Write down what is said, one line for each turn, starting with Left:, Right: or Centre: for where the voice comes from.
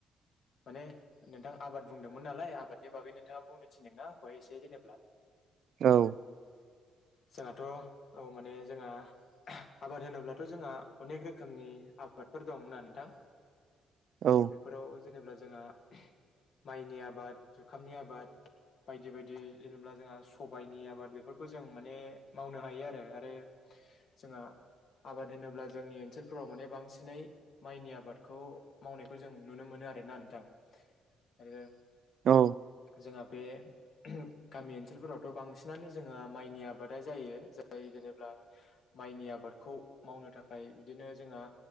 Left: माने नोंथां आबाद बुंदोंमोन नालाय आबादनि बागै नोंथाङा बुंनो थिनदोंना आंखौ एसे जेनेब्ला
Right: औ <inaudible>
Left: जोंहाथ' औ माने जोंहा आबाद होनोब्लाथ' जोंहा अनेक रोखोमनि आबाद बे फोर दंना नोंथां
Right: औ
Left: बेफोराव जेनेब्ला जोंहा माइनि आबाद जुखामनि आबाद बायदि बायदि जेनेबा जोंहा सबायइनि आबाद बे बेफोरखौ जों माने मावनो हायो आरो आरो जोंहा आबाद होनोब्ला जोंनि ओनसोलफोराव माने बांसिनै माइनि आबादखौ मावनायखौ जों नुनो मोनो आरोना नोंथां आरो
Right: औ
Left: जोंहा बे उह गामि ओनसोलफोरावथ' बांसिनानो जोङा माइनि आबादा जायो जाय जेनेब्ला माइनि आबादखौ मावनो थाखाय बिदिनो बिदिनो जोंहा